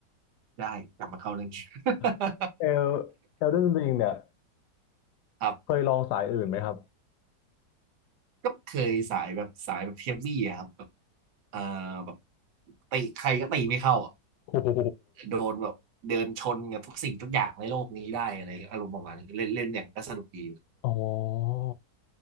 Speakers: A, on the right; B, on the left.
A: ได้กลับมาเข้าเรื่อง <laughs>
B: <laughs> เอลเอลเดนริงเนี่ย
A: ครับ
B: เคยลองสายอื่นไหมครับ
A: ก็เคยสายแบบสายแบบเฮฟวี่อะครับแบบเอ่อแบบตีใครก็ตีไม่เข้าอะ
B: โอ้โห
A: โดนแบบเดินชนกับทุกสิ่งทุกอย่างในโลกนี้ได้อะไรอารมณ์ประมาณนี้เล่นเล่นอย่างก็สนุกดี
B: อ๋อ